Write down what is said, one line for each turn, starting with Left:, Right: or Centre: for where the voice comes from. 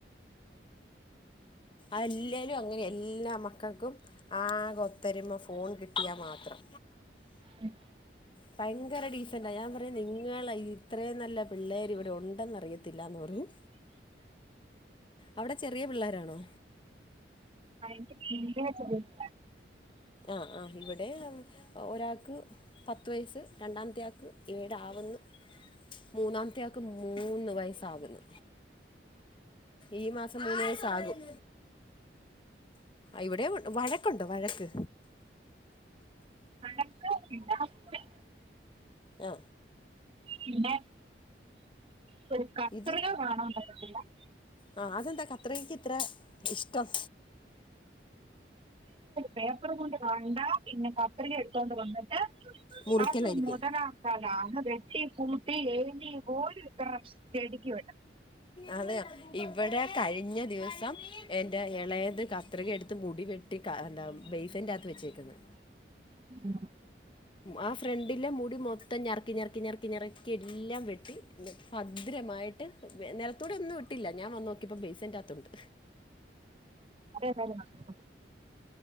Left: അല്ലേരും അങ്ങനെ എല്ലാ മക്കൾക്കും.. ആക ഒത്തൊരുമ ഫോൺ കിട്ടിയാമാത്രം.
Right: ഉം
Left: ഭയങ്കര ഡീസന്റാ ഞാൻ പറയു നിങ്ങൾ ഇത്രയും നല്ല പിള്ളേർ ഇവിടെ ഉണ്ടെന്ന് അറിയത്തില്ലാന്ന് പറയും. അവിടെ ചെറിയ പിള്ളോരാണോ?
Right: <unintelligible>
Left: ആഹ് ആഹ് ഇവിടെ ഒരാക്ക്.. പത്ത് വയസ്സ് രണ്ടാമത്തെയാക്ക് ഏഴാവെന്ന് മൂന്നാമത്തെ ആക്ക് മൂന്ന് വയസ്സാകുന്നു. ഈ മാസം മൂന്ന് വയസ്സാകും. ഇവിടെ ണ്ട് വഴക്കുണ്ടോ വഴക്ക്
Right: വഴക്ക് <unintelligible>
Left: ആ
Right: പിന്നെ <unintelligible>
Left: ഇത് ആ അതെന്താ കത്രികക്ക് ഇത്ര ഇഷ്ടം.
Right: പേപ്പറും കൊണ്ട് വേണ്ട പിന്നെ കത്രിക എടുത്തുണ്ട് വന്നിട്ട്..
Left: മുറിക്കലായിരിക്കും
Right: അത് മൊദലകാനാ അത് വെട്ടി കൂട്ടി എയുതി ഓരു.. ഇടുക്കി വെട്ട
Left: അതെയ ഇവിടെ കഴിഞ്ഞ ദിവസം എന്റെ ഇളയത് ക കത്രിക എടുത്ത് മുടി വെട്ടിക എന്താ ബേസ്ന്റെകത്ത് വെച്ചേക്കന്നു
Right: ഉം
Left: ആ ഫ്രണ്ടിലെ മുടി മൊത്തം ഞറക്കി ഞറക്കി ഞറക്കിറക്കി എല്ലാം വെട്ടി ബദ്രമായിട്ട് നിലത്തൂടെ ഒന്നും ഇട്ടില്ല ഞാൻ വന്ന് നോക്കിപ്പം ബേസെന്റ്കത്തുണ്ട്.
Right: അതെ <unintelligible>